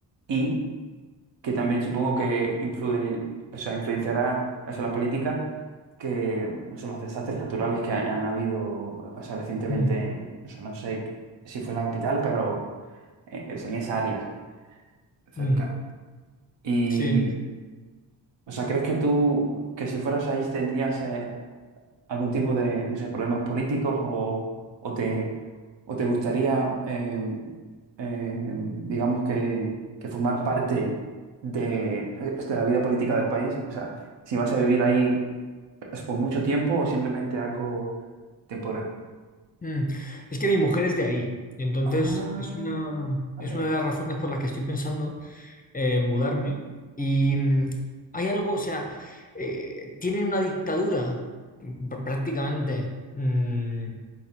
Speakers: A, on the right (about 70°); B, on the left (about 20°).
A: y que también supongo que influen, o sea, influenciará eso, la política, que o sea, los desastres naturales que han, han habido o sea, recientemente
B: mm,
A: en, o sea, no sé si fue en la capital, pero eh, o sea, en esa área cerca.
B: mm,
A: Y,
B: sí.
A: o sea, ¿crees que tú, que si fueras ahí, tendrías... eh, algún tipo de, no sé, problemas políticos o, o te, o te gustaría, eh, eh, digamos que, que formar parte de, eh, de la vida política del país? O sea, si vas a vivir ahí es por mucho tiempo o simplemente algo temporal.
B: mm. Es que mi mujer es de ahí y entonces
A: Ah,
B: es una,
A: a
B: es
A: ver.
B: una de las razones por las que estoy pensando. eh, mudarme. Y mm, hay algo, o sea, eh, tienen una dictadura mm, pr- prácticamente mm,